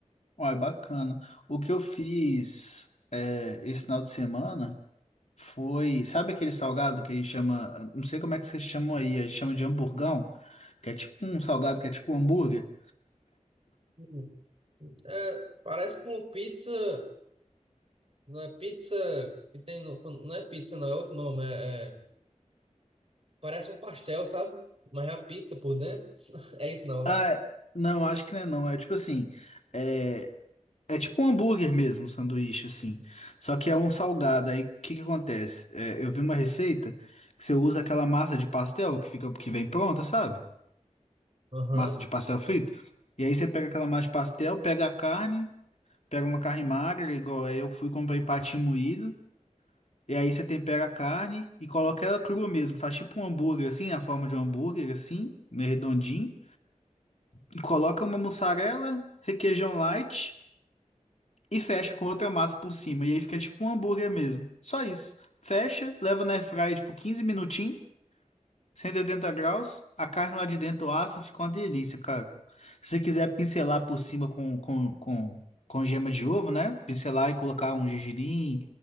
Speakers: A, on the left; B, on the right.
A: uai bacana. O que eu fiz é, esse final de semana foi. Sabe aquele salgado que a gente chama. Não sei como é que vocês chamam aí, a gente chama de hamburgão, que é tipo um salgado que é tipo um hambúrguer.
B: Hum. É, parece com pizza, não é pizza que tem, no- não é pizza, não, é outro nome, é, é Parece um pastel, sabe? Mas é a pizza por dentro. <laughs> É isso não, né?
A: Ah, é- não, acho que não é não. É tipo assim. É, é tipo um hambúrguer mesmo, um sanduíche, assim. Só que é um salgado. Aí o que que acontece? É, eu vi uma receita que você usa aquela massa de pastel que fica, que vem pronta, sabe?
B: Aham.
A: massa de pastel frito. E aí você pega aquela massa de pastel, pega a carne, pega uma carne magra, igual é, eu fui e comprei patinho moído. E aí você tempera a carne e coloca ela crua mesmo. Faz tipo um hambúrguer assim, a forma de um hambúrguer assim, meio redondinho. E coloca uma mussarela, requeijão light e fecha com outra massa por cima. E aí fica tipo um hambúrguer mesmo. Só isso. Fecha, leva na airfryer tipo 15 minutinhos. cento e oitenta graus, a carne lá de dentro assa, fica uma delícia, cara. Se você quiser pincelar por cima com, com, com, com gema de ovo, né? Pincelar e colocar um gergelim